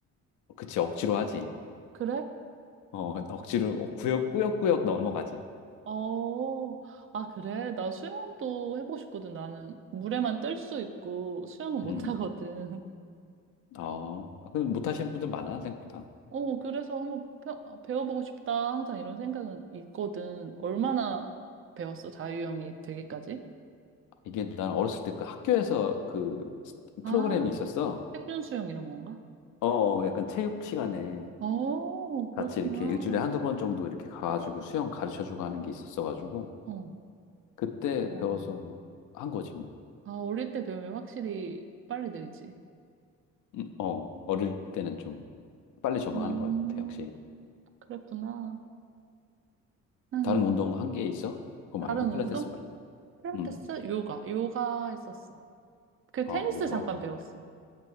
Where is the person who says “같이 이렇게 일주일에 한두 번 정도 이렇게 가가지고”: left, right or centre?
Left